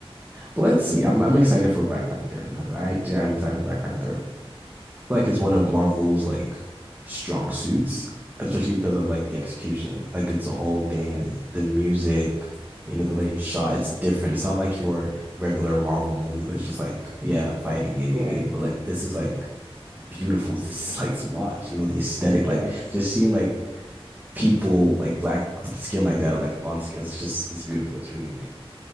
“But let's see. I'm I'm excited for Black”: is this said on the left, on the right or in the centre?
Right